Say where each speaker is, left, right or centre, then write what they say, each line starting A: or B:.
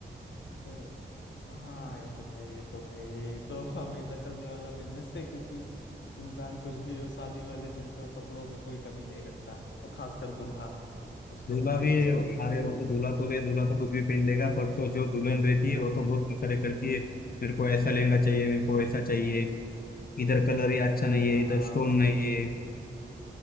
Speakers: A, on the left; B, on the left.
A: ये सब हाँ ये तो भाई ये तो भाई ये तो <laughs> हमेशा चलने वाला बिजनेस है क्योंकि इंसान कुछ भी हो शादी वाले दिन तो कपड़ों में कोई कमी नहीं रखता और खासकर दूल्हा उसको
B: दूल्हा
A: तो भाई
B: भी
A: चाहिए ही चाहिए
B: अरे वो तो दूल्हा तो है दूल्हा तो कुछ भी पहन लेगा पर तो जो दुल्हन रहती है वो तो बहुत करे करती है मेरे को ऐसा लहंगा चाहिए मेरे को ऐसा चाहिए इधर कलर ही अच्छा नहीं है
A: हाँ
B: इधर स्टोन नहीं है